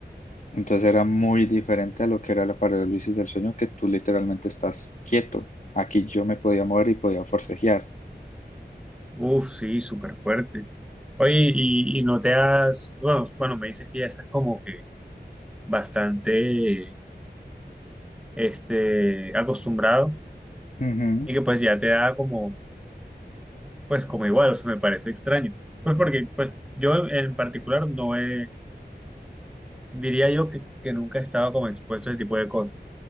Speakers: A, on the left (about 45°); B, in the centre.
A: Entonces era muy diferente a lo que era la parálisis del sueño, que tú literalmente estás quieto. Aquí yo me podía mover y podía forcejear.
B: Uf, sí, súper fuerte. Oye, y, y no te has, bueno, bueno, me dices que ya estás como que bastante, este, acostumbrado
A: Ujú.
B: y que pues ya te da como, pues como igual, o sea, me parece extraño. Pues porque, pues yo en particular no he, diría yo que, que nunca he estado como expuesto a ese tipo de cosas,